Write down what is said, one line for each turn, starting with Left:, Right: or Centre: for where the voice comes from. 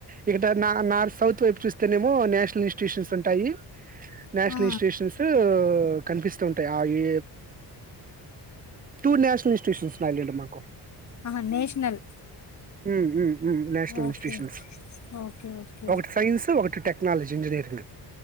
Right: ఇక్కడ నా నార్త్ సౌత్ వైపు చూస్తేనేమో నేషనల్ ఇన్స్టిట్యూషన్స్ ఉంటాయి నేషనల్
Left: ఆ
Right: ఇన్స్టిట్యూషన్స్ కనిపిస్తూ ఉంటాయి ఆ ఈ టూ నేషనల్ ఇన్స్టిట్యూషన్స్ ఉన్నాయి అండి మాకు
Left: ఆహా నేషనల్
Right: ఉమ్ ఉమ్ ఉ national
Left: okay
Right: institutions
Left: okay okay
Right: ఒకటి సైన్స్ ఒకటి టెక్నాలజీ ఇంజనీరింగ్